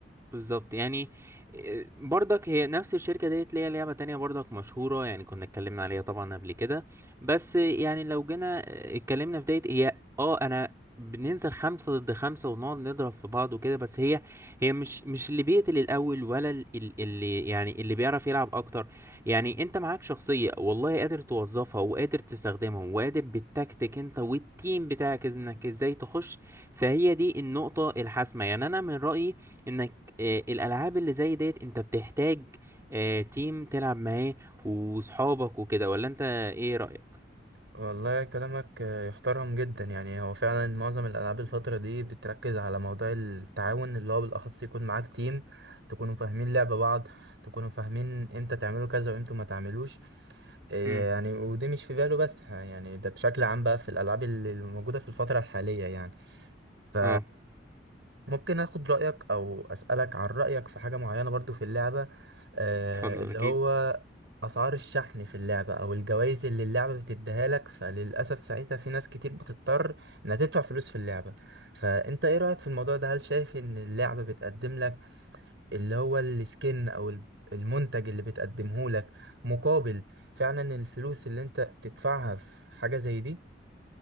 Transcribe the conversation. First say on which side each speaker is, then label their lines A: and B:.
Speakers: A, on the right; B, on the right.
A: بالظبط يعني إيه، برضك هي نفس الشركة ديت ليها لعبة تانية برضك مشهورة يعني كنا اتكلمنا عليها طبعا قبل كده بس يعني لو جينا اتكلمنا في ديت هي اه انا بننزل خمسة ضد خمسة ونقعد نضرب في بعض وكده بس هي هي مش مش اللي بيقتل الأول ولا ال- ال- اللي يعني اللي بيعرف يلعب أكتر يعني أنت معاك شخصية والله قادر توظفها وقادر تستخدمها وقادر بالتكتيك أنت والتيم بتاعك إنك إزاي تخش فهي دي النقطة الحاسمة يعني أنا من رأيي انك آه، الالعاب اللي زي ديت انت بتحتاج آه، تيم تلعب معاه وصحابك وكده ولا انت ايه رأيك
B: والله كلامك آه، يحترم جدا يعني هو فعلا معظم الألعاب الفترة دي بتركز على موضوع التعاون اللي هو بالأخص يكون معاك تيم تكونوا فاهمين لعب بعض تكونوا فاهمين امتى تعملوا كذا وامتى ما تعملوش إيه
A: امم
B: يعني ودي مش في باله بس ها، يعني ده بشكل عام بقى في الألعاب اللي اللي موجودة في الفترة الحالية يعني ف
A: اه
B: ممكن اخد رأيك او اسألك عن رأيك في حاجة معينة برضو في اللعبة آه
A: اتفضل
B: اللي
A: اكيد
B: هو اسعار الشحن في اللعبة او الجوائز اللي اللعبة بتديها لك فللأسف ساعتها في ناس كتير بتضطر انها تدفع فلوس في اللعبة فانت ايه رأيك في الموضوع ده هل شايف ان اللعبة بتقدم لك اللي هو السكن او ال- المنتج اللي بتقدمه لك مقابل فعلا الفلوس اللي انت بتدفعها في حاجة زي دي